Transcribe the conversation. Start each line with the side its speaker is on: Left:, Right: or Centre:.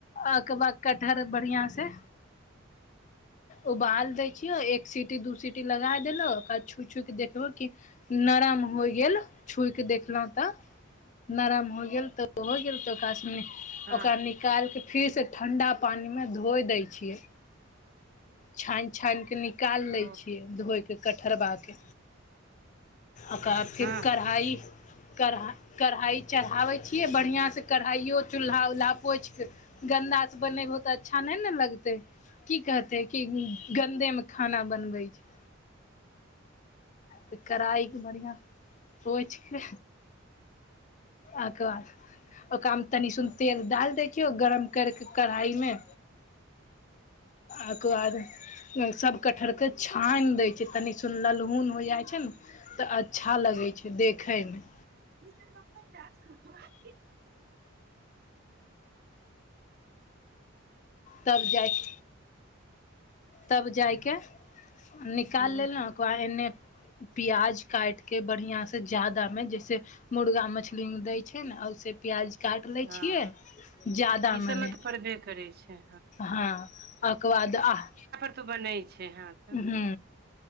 Left: अकबाद कटहर बढ़िआ से उबाल देै छियो एक सीटी दू सीटी लगा देलक आ छु चूकि देखलौ कि नरम होइ गेल छुइ के देखलहुं तऽ नरम हो गेल तऽ हो गेल त ओक संगे ओकरा
Right: हँ
Left: न निकालिके फिरसँ ठण्डा पानिमे धोइ दै छियै छानि छानि कऽ निकालि
Right: ओ
Left: लै छियै धोय कऽ कटहरबाके ओक बा फेर
Right: हँ
Left: कढ़ाइ कढ़ाइ कढ़ाइ चढ़ाबै छियै बढ़िआँसँ कढ़ाइओ चूल्हा उल्हा पोछि केऽ गन्दा से बनेबहो तऽ अच्छा नै ने लगतै की कह तै कि गन्देमे खाना बनबै छै तऽ कढ़ाइके बढ़िआँ पौछके अकबार <unintelligible> <unintelligible> दै छियऔ गरम करिके कढ़ाइमे ओक बाद सभ कटहरके छानि दै छै तनि सुन ललहुन हो जाइ छै न तऽ अच्छा लगै छै देखैयमे
Right: ी त म त खब <unintelligible>
Left: तब जाइख तब जाय केऽ निकालि
Right: ह
Left: लेलौ ओक बाद एन्नेऽ पिआज काटिके बढ़िआँसँ जादामे जैसे मुर्गा मछली मे दय छै न ओ से प्याज काट लै
Right: हँ
Left: छियै जादा
Right: ई
Left: मने
Right: सबमे तऽ पड़बे करै छै
Left: हँ अकबाद आह
Right: त बनै छै हन
Left: हू